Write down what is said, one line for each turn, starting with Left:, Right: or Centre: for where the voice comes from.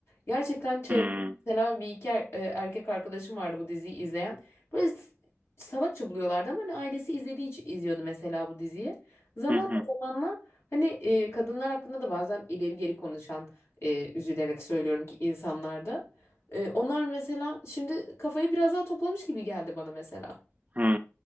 Left: Gerçekten çevre
Right: Hı hı.
Left: mesela bir iki er- e, erkek arkadaşım vardı bu diziyi izleyen. Böyle salakça buluyorlardı ama hani ailesi izlediği için izliyordu mesela bu diziyi. Zamanla
Right: Hı
Left: zamanla hani e, kadınlar hakkında da bazen ileri geri konuşan e, üzülerek söylüyorum ki insanlarda. E, onlar mesela şimdi kafayı biraz daha toplamış gibi geldi bana mesela.
Right: hı.